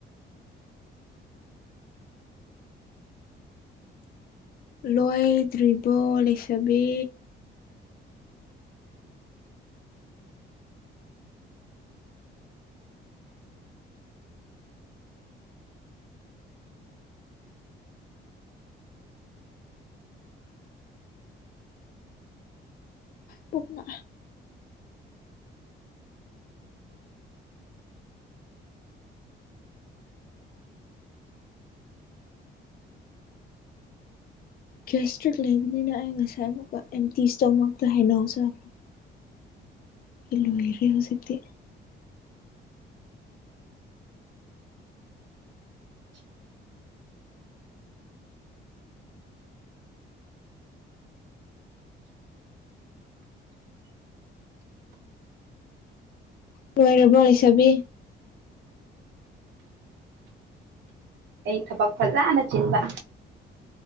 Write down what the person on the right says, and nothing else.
<inaudible>
ꯑꯩ ꯊꯕꯛ ꯐꯖꯥ ꯅ ꯆꯤꯟꯕ